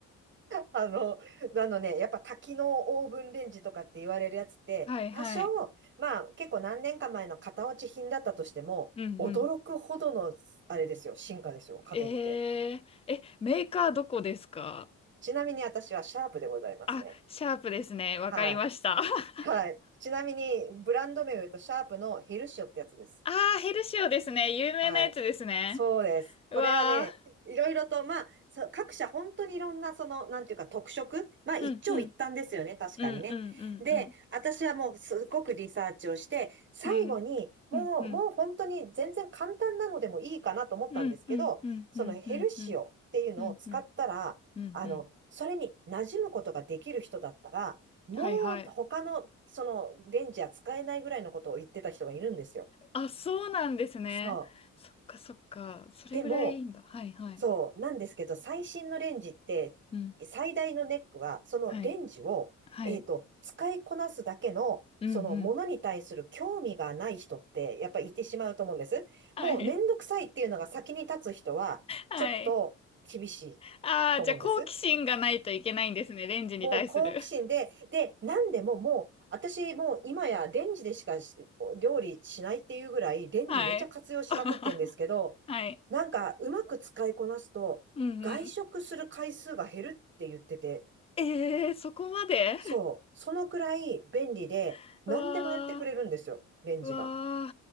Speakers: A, on the right (about 40°); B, on the left (about 20°).
A: あの、あのね、やっぱ多機能オーブンレンジとかって言われるやつって、
B: はいはい。
A: 多少、まあ結構何年か前の型落ち品だったとしても、
B: うんうん
A: 驚くほどの、あれですよ、進化ですよ、家電って。
B: えー、え、メーカーどこですか
A: ちなみに私はシャープでございますね。
B: あ、シャープですね。わかりました。
A: はい。
B: <laughs>
A: はい。ちなみに、ブランド名を言うと、シャープのヘルシオってやつです。
B: あー、ヘルシオですね。有名なやつですね。
A: はい。そうです。これはね、
B: うわ
A: いろいろと、まあ、そう各社本当にいろんな、その、なんていうか特色まあ、一長一短ですよね、
B: ー。うん、うん、
A: 確かにね。
B: うん、うん、うん、
A: で、
B: うん、
A: 私はもうすごくリサーチをして、最後に、
B: うん、
A: もう、
B: うん、うん、
A: もう本当に全然簡単なのでもいいかなと思ったんですけど、
B: うん、うん、うん、
A: そのヘルシオっていうのを使ったら、
B: うん、うん、うん、うん、うん、うん、
A: あの、
B: うん。
A: それに馴染むことができる人だったら、もう他の、
B: はい、はい。
A: その、レンジは使えないぐらいのことを言ってた人がいるんですよ。
B: あ、そうなんですね。
A: そう。
B: そっか、そっか。それぐらいいいんだ。
A: でも、
B: はい、はい。
A: そう、なんですけど、最新のレンジって、
B: うん、
A: 最大のネックは、そのレンジを、
B: はい、はい。
A: えっと、使いこなすだけの、
B: うん、
A: そのものに対する興味がない人って、
B: うん。
A: やっぱりいてしまうと思うんです。
B: <laughs> はい、
A: もうめんどくさいっていうのが先に立つ人は、
B: はい。
A: ちょっと厳しい
B: ああ、
A: と思うんです。
B: じゃあ好奇心がないといけないんですね、レンジに対する。
A: もう好奇心で、で、なんでももう、私もう今やレンジでしかし料理しないっていうぐらい、レンジめちゃ活用しまくってんですけど、
B: はい。<laughs> はい。
A: なんかうまく使いこなすと、
B: うんうん。
A: 外食する回数が減るって言ってて、
B: えー、そこまで
A: そう、そのくらい便利で、
B: <laughs>
A: 何でもやってくれるんですよ、
B: わ
A: レンジが。
B: ー、わ